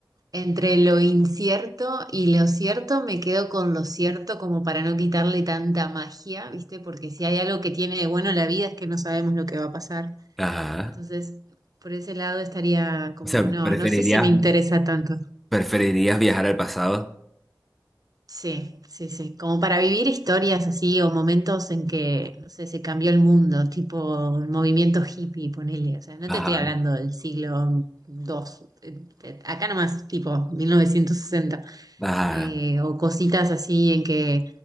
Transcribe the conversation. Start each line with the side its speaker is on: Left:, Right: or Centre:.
Right: entre lo incierto y lo cierto me quedo con lo cierto como para no quitarle tanta magia, ¿viste? Porque si hay algo que tiene de bueno la vida es que no sabemos lo que va a pasar.
Centre: Ajá.
Right: Entonces, por ese lado estaría como,
Centre: O sea,
Right: no,
Centre: ¿preferirías,
Right: no sé si me interesa tanto.
Centre: preferirías viajar al pasado?
Right: Sí, sí, sí. Como para vivir historias así o momentos en que, no sé, se cambió el mundo, tipo el movimiento hippie, ponele. O sea, no
Centre: Ajá.
Right: te estoy hablando del siglo dos. eh, eh, acá nomás, tipo 1960.
Centre: Ajá.
Right: Eh, o cositas así en que